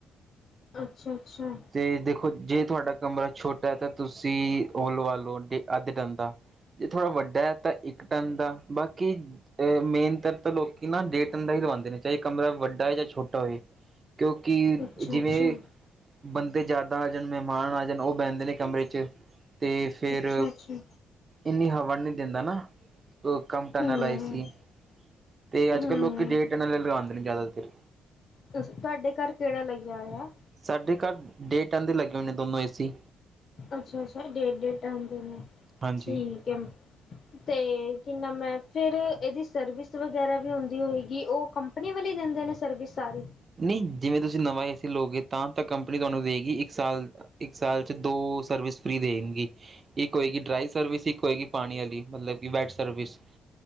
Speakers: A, on the left (about 45°); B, on the right (about 35°).
A: ਅੱਛਾ ਅੱਛਾ
B: ਤੇ ਦੇਖੋ ਜੇ ਤੁਹਾਡਾ ਕਮਰਾ ਛੋਟਾ ਹੈ ਤਾਂ ਤੁਸੀਂ ਓਲਵਾ ਲਓ ਡੇ ਅੱਧ ਡਨ ਦਾ ਜੇ ਥੋੜ੍ਹਾ ਵੱਡਾ ਹੈ ਤਾਂ ਇੱਕ ਟਨ ਦਾ ਬਾਕੀ ਮੇਨ ਤ ਤਾਂ ਲੋਕੀ ਨਾ ਡੇਢ ਦਾ ਹੀ ਲਵਾਉਂਦੇ ਨੇ ਚਾਹੇ ਕਮਰਾ ਵੱਡਾ ਹੈ ਜਾਂ ਛੋਟਾ ਹੋਵੇ ਕਿਉਂਕਿ
A: ਅੱਛਾ
B: ਜਿਵੇਂ
A: ਅੱਛਾ।
B: ਬੰਦੇ ਜ਼ਿਆਦਾ ਆ ਜਾਣ ਮਹਿਮਾਨ ਆ ਜਾਣ ਉਹ ਬਹਿੰਦੇ ਨੇ ਕਮਰੇ ਚ ਤੇ ਫਿਰ
A: ਅੱਛਾ ਅੱਛਾ
B: ਇਨੀ ਹਵਾ ਨਹੀਂ ਦਿੰਦਾ ਨਾ ਕੰਮ ਟਨ
A: ਹੂੰ
B: ਲਾਏ ਸੀ ਤੇ ਅੱਜ
A: ਹੂੰ।
B: ਕੱਲ੍ਹ ਲੋਕ ਡੇਢ ਟਨੇ ਲਗਾਉਂਦੇ ਨੇ ਜ਼ਿਆਦਾਤਰ
A: ਤੁਹਾਡੇ ਘਰ ਕਿਹੜਾ ਲਈ ਆ ਹੋਇਆ
B: ਸਾਡੇ ਘਰ ਡੇਟ ਦੇ ਲੱਗੇ ਹੋਣੇ ਦੋਨੋਂ ਏਸੀ
A: ਅੱਛਾ ਅੱਛਾ ਡੇਢ ਡੇਢ ਡਨ ਦੇ ਨੇ
B: ਹਾਂਜੀ
A: ਠੀਕ ਹੈ ਤੇ ਕੀਨਾ ਮੈਂ ਫਿਰ ਇਹਦੀ ਸਰਵਿਸ ਵਗੈਰਾ ਵੀ ਹੁੰਦੀ ਹੋਏਗੀ ਉਹ ਕੰ ਕੰਪਨੀ ਵਾਲੇ ਦਿੰਦੇ ਨੇ ਸਰਵਿਸ ਸਾਰੀ
B: ਨਹੀਂ ਜਿਵੇਂ ਤੁਸੀਂ ਨਵਾਂ ਏ ਸੀ ਲਓਗੇ ਤਾਂ ਤਾਂ ਕੰਪਨੀ ਤੁਹਾਨੂੰ ਦੇਵੇਗੀ ਇੱਕ ਸਾਲ ਇੱਕ ਸਾਲ ਚ ਦੋ ਸਰਵਿਸ ਫ੍ਰਰੀ ਦੇਣਗੀ। ਇੱਕ ਹੋਏਗੀ ਡਰਾਈ ਸਰਵਿਸ ਇੱਕ ਹੋਏਗੀ ਪਾਣੀ ਵਾਲੀ ਮਤਲਬ ਕਿ ਵੈਟ ਸਰਵਿਸ।